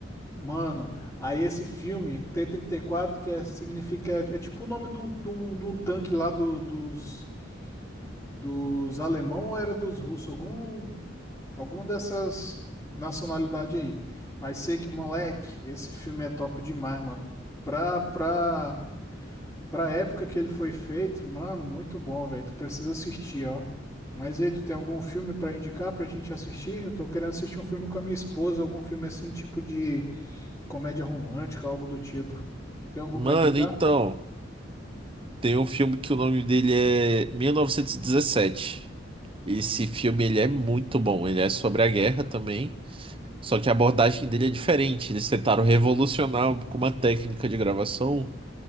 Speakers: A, on the left; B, on the right.
A: Mano, aí esse filme, T-34, que é, significa, é, é tipo o nome de um, de um- de um tanque lá do- dos, dos alemão ou era dos russos? Algum, algum dessas nacionalidade aí. Mas sei que, moleque, esse filme é top demais, mano. Pra, pra Pra época que ele foi feito, mano, muito bom, velho. Tu precisa assistir, ó. Mas e aí, tu tem algum filme pra indicar pra gente assistir? Eu tô querendo assistir um filme com a minha esposa, algum filme assim, tipo de comédia romântica, algo do tipo. Tem algum
B: Mano,
A: pra indicar?
B: então. Tem um filme que o nome dele é mil novecentos e dezessete Esse filme ele é muito bom. Ele é sobre a guerra também, só que a abordagem dele é diferente. Eles tentaram revolucionar com uma técnica de gravação